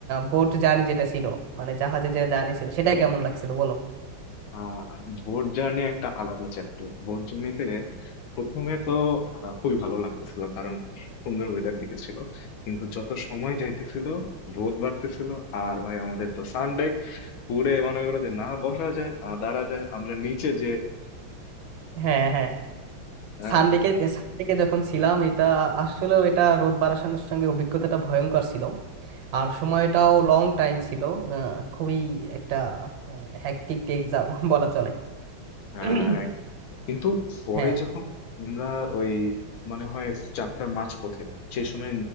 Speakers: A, on the right; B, on the left.
A: বোট জার্নি যেটা ছিল মানে জাহাজে যে জার্নি ছিল সেটা কেমন লাগছিল বলো
B: আহ বোট জার্নি একটা আলাদা চ্যাপ্টার বোট জার্নিতে প্রথমে তো আহ, খুবই ভালো লাগতেছিল কারণ সুন্দর ওয়েদার দিকে ছিল কিন্তু যত সময় যাইতেছিল রোদ বাড়তেছিল আর ভাই আমাদের তো সানডেক পুরে মনে করো যে না বসা যায় না দাঁড়া যায় আমরা নিচে যে
A: হ্যাঁ হ্যাঁ
B: আহ,
A: সানডেকে সানডেকে যখন ছিলাম এটা আসলে এটা রোদ বাড়ার সঙ্গে সঙ্গে অভিজ্ঞতাটা ভয়ঙ্কর ছিল আর সময়টাও লং টাইম ছিল আহ, খুবই একটা হ্যাকটিক ডে যা বলা চলে
B: আহ,
A: <coughs>
B: কিন্তু পরে
A: হ্যাঁ
B: যখন আমরা ওই মনে হয় যাত্রার মাঝপথে সেই সময়